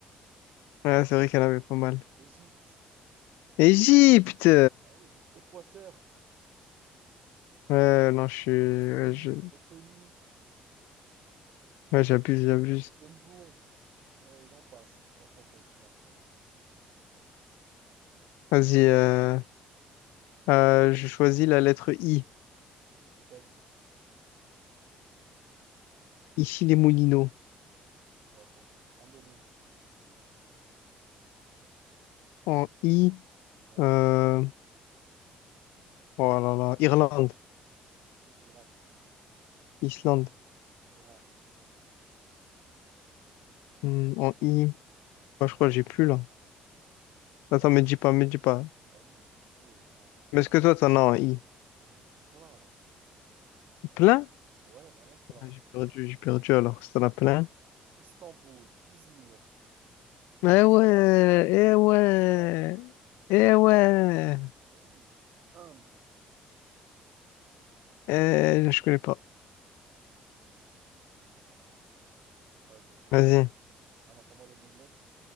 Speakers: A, on the left; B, on the right.
A: Ouais, c'est vrai qu'elle avait pas mal.
B: Égypte.
A: Égypte!
B: Ah oui, juste Équateur,
A: Ouais, non, je suis. Ouais,
B: Estonie,
A: je-
B: Lettonie,
A: ouais, j'abuse, j'abuse.
B: Édimbourg, et euh, j'en passe. Là, je crois que ça y est, je suis plus inspiré par contre.
A: Vas-y,
B: Ouais.
A: euh, euh, je choisis la lettre I.
B: Italie,
A: Ici, les Moulineaux.
B: bravo. Indonésie,
A: En I,
B: ouais.
A: euh... oh là là, Irlande,
B: Irak,
A: Islande.
B: Iran, qu'est-ce
A: Hmm,
B: que tu peux te
A: en
B: donner?
A: I,
B: Ouais.
A: moi, je crois que j'ai plus là.
B: La...
A: Attends,
B: vie,
A: me dis pas, me dis pas.
B: Bah oui, tu as trouvé, attends.
A: Mais est-ce que toi, t'en as en I?
B: J'en ai plein là.
A: Plein?
B: Ouais, vraiment plein.
A: Ah, J'ai perdu, j'ai perdu alors, si t'en as plein.
B: Istanbul, Izmir,
A: Eh
B: Ibiza,
A: ouais, eh ouais,
B: Ifrane.
A: eh ouais.
B: Eh oui. Inde.
A: Eh, je connais pas.
B: Ah là là. Vas-y, attends,
A: Vas-y,
B: attends, une lettre. Ah non, c'est à moi de donner une lettre.